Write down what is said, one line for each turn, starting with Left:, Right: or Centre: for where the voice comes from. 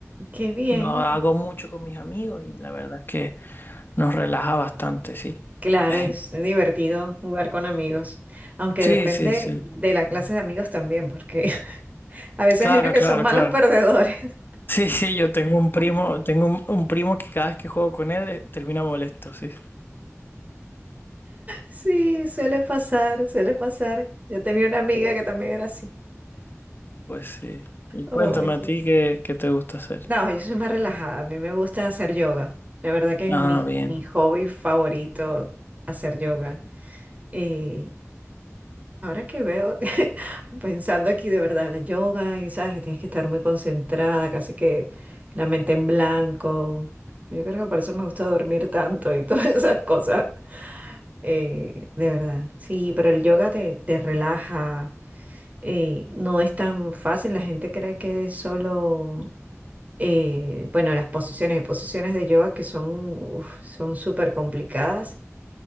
Right: Qué bien.
Left: Lo hago mucho con mis amigos y la verdad es que nos relaja bastante, sí.
Right: Claro,
Left: <laughs>
Right: es divertido jugar con amigos, aunque
Left: Sí,
Right: depende
Left: sí, sí.
Right: de la clase de amigos también, porque <laughs> a veces
Left: Claro,
Right: hay unos que
Left: claro,
Right: son malos
Left: claro.
Right: perdedores. <laughs>
Left: Sí, sí, yo tengo un primo, tengo un, un primo que cada vez que juego con él eh, termina molesto, sí.
Right: Sí, suele pasar, suele pasar. Yo tenía una amiga que también era así.
Left: Pues sí. Y cuéntame
Right: Oye.
Left: a ti qué, qué te gusta hacer.
Right: No, yo soy más relajada. A mí me gusta hacer yoga. La verdad que es
Left: Ah,
Right: mi,
Left: bien.
Right: mi hobby favorito, hacer yoga. Eh, Ahora que veo, <laughs> pensando aquí de verdad, la yoga, y sabes que tienes que estar muy concentrada, casi que la mente en blanco. Yo creo que por eso me gusta dormir tanto y <laughs> todas esas cosas. eh, de verdad. Sí, pero el yoga te, te relaja. eh, no es tan fácil. La gente cree que es solo, eh, bueno, las posiciones y posiciones de yoga que son, uf, son súper complicadas.